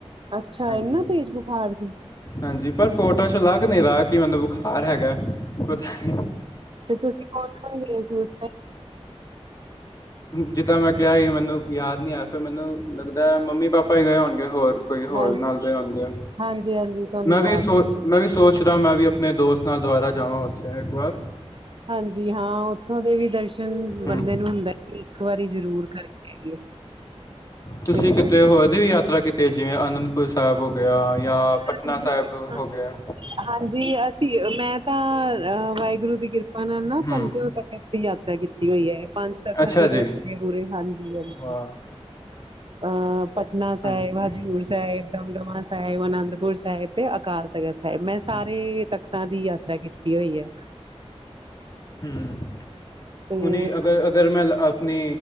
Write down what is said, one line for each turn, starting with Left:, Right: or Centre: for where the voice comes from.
Right: ਅੱਛਾ,
Left: ਹਾਂਜੀ।
Right: ਇੰਨਾ ਤੇਜ਼ ਬੁਖਾਰ ਸੀ।
Left: ਹਾਂਜੀ ਪਰ ਫੋਟੋ ਚ ਲਗ ਨੀ ਰਹਾ ਕੀ ਮੈਨੂੰ ਬੁਖਾਰ ਹੈਗਾ। ਪਤਾ ਨਹੀਂ
Right: ਤੇ ਤੁਸੀਂ ਕੌਣ ਕੌਣ ਗਏ ਸੀ ਉਸ
Left: ਜਿੱਦਾਂ ਮੈਂ ਕਿਹਾ ਈ ਮੈਨੂੰ ਯਾਦ ਨੀ ਅ ਤੇ ਮੈਨੂੰ ਲੱਗਦਾ ਮੰਮੀ ਪਾਪਾ ਹੀ ਗਏ ਹੋਨਗੇ ਹੋਰ ਕੋਈ
Right: ਟਾਈਮ
Left: ਹੋਰ
Right: ਹਾਂਜੀ
Left: ਨਾਲ ਦੇ ਆਣਗੇ
Right: ਹਾਂਜੀ ਹਾਂਜੀ ਤੁਹਾਨੂੰ
Left: ਮੈਂ ਵੀ
Right: ਯਾਦ
Left: ਸੋ ਮੈਂ ਵੀ ਸੋਚਦਾ ਮੈਂ ਵੀ ਆਪਣੇ ਦੋਸਤ ਨਾਲ ਦੁਬਾਰਾ ਜਾਵਾਂ ਉੱਥੇ ਇੱਕ ਵਾਰ।
Right: ਹਾਂਜੀ ਹਾਂ ਉੱਥੋਂ ਦੇ ਵੀ ਦਰਸ਼ਨ
Left: ਹੂੰ
Right: ਬੰਦੇ ਨੂੰ ਹੁੰਦਾ ਹੈ ਇੱਕ ਵਾਰੀ ਜ਼ਰੂਰ ਕਰਕੇ ਆਈਏ।
Left: ਤੁਸੀਂ
Right: ਤੇ
Left: ਕਿਤੇ ਹੋਰ ਦੀ ਵੀ ਯਾਤਰਾ ਕੀਤੀ ਜਿਵੇਂ ਅਨੰਦ ਪੁਰ ਸਾਹਿਬ ਹੋ ਗਿਆ ਯਾ ਪਟਨਾ
Right: ਦੂਸਰਾ
Left: ਸਾਹਿਬ ਹੋ ਗਿਆ।
Right: ਹਾਂਜੀ ਅਸੀਂ ਮੈਂ ਤਾਂ ਅ ਵਾਹਿਗੁਰੂ ਦੀ ਕਿਰਪਾ ਪਾਪਾ ਨਾਲ ਨਾ
Left: ਹੂੰ
Right: ਪੰਜੋ ਤਖ਼ਤ ਦੀ ਯਾਤਰਾ ਕੀਤੀ ਹੋਈ ਐ ਪੰਜ ਤਖ਼ਤ
Left: ਅੱਛਾ ਜੀ
Right: ਲੋਕ ਪੂਰੇ ਹਾਂਜੀ-ਹਾਂਜੀ
Left: ਵਾਹ
Right: ਅਹ ਪਟਨਾ ਸਾਹਿਬ,
Left: ਹਾਂਜੀ
Right: ਹਜ਼ੂਰ ਸਾਹਿਬ। ਦਮਦਮਾ ਸਾਹਿਬ, ਅਨੰਦਪੁਰ ਸਾਹਿਬ ਤੇ ਅਕਾਲ ਤਖ਼ਤ ਸਾਹਿਬ ਮੈਂ ਸਾਰੇ
Left: ਹਾਂਜੀ
Right: ਤਖ ਤਾ ਦੀ ਯਾਤਰਾ ਕੀਤੀ ਹੋਈ ਐ।
Left: ਹੂੰ,
Right: ਤੇ
Left: ਹੁਨੀ ਅਗਰ, ਅਗਰ ਮੈਂ ਅਪਨੀ